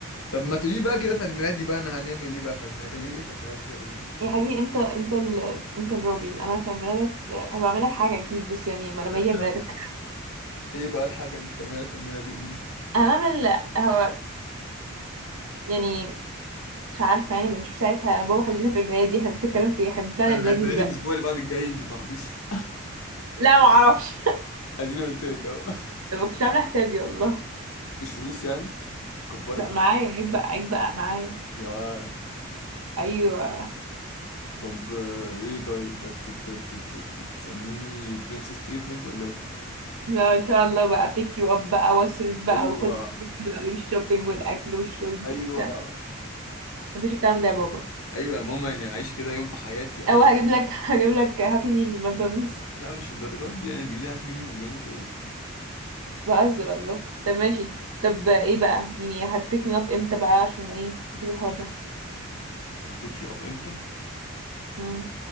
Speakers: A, on the left; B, on the right.
A: طب ما تقولي بقى كده في عيد ميلادي بقى انا هنعمل ايه بقى في عيد ميلادي هتعملي ايه في عيد ميلادي كده قولي لي
B: يا حبيبي انت انت ال... انت الراجل انا في عيد ميلادك آه، هبعمل لك حاجه اكيد بس يعني ما لما
A: <laughs>
B: يجي عيد ميلادك
A: ايه بقى الحاجه اللي هتعملها لي في عيد ميلادي قولي لي
B: هنعمل هو يعني مش عارفه يعني بنشوف ساعتها انا بابا خلينا في عيد ميلادي احنا بنتكلم في إيه؟ احنا بنبلان
A: انا
B: عيد ميلادي
A: عيد ميلادي
B: دلوقتي
A: الاسبوع اللي بعد الجاي انت ما تعرفيش
B: لا ما اعرفش
A: <laughs> اديني قلت لك اهو
B: <laughs> ما كنتش عامله حسابي والله
A: مفيش فلوس يعني كفرك
B: لا معايا عيب بقى عيب بقى معايا
A: يا واد
B: ايوه
A: طب آه، ايه طيب بت- ت- ت- ت- ت- تعمليني برنسس تريتمنت ولا ايه
B: لا ان شاء الله بقى بيك يو اب بقى واصرف بقى
A: ايوه
B: وخد فلوس بقى والشوبينج والاكل والشرب
A: ايوه
B: وبتاع مفيش الكلام ده يا بابا
A: ايوه يا ماما يعني اعيش كده يوم في حياتي او
B: او هجيب لك <laughs> هجيب لك هابي ميل من ماكدونالدز
A: لا مش الدرجات دي يعني تجيب لي هابي ميل من ماكدونالدز ايه
B: بهزر الله طب ماشي طب ايه بقى يعني هتبيك مي اب امتى بقى عشان ايه نشوف الحوار ده
A: <laughs> هبيك يو اب امتى
B: امم